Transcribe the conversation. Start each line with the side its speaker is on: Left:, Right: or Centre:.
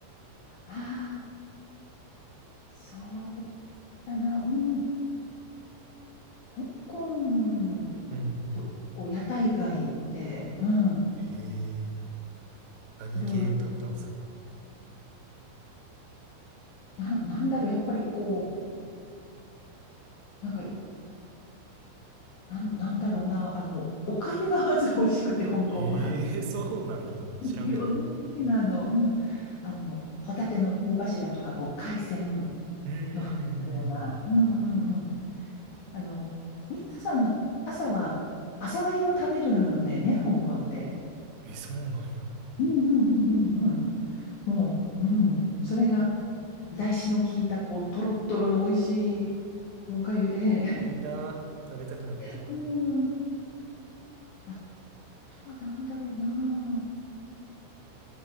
Left: ああ、そうだな。うん。香港
Right: うん。
Left: と、こう、屋台街で、うん、
Right: へえ、何系を食べたんですか
Left: いろいろ、な、なんだろう、やっぱりこう、なんか、なん、なんだろうな、あの、お粥がまず美味しくて、香港は。
Right: へえ、<laughs> そうなんや。知らんかった。
Left: <laughs> いろんな種類の、あの、うん、あの、ホタテの貝柱とか、こう、海鮮
Right: うんうんう
Left: の入ったような、うんうんうん。あの、皆さん、朝は、朝粥を食べるんだよね、香港って。
Right: ん。え、そうなんや。
Left: うんうんうんうんうん。もう、うん、それが、だしの効いた、こう、とろっとろの美味しいおかゆで、
Right: えー、いいな。食べたくなってきた。
Left: <laughs> うん。あとは何だろうな。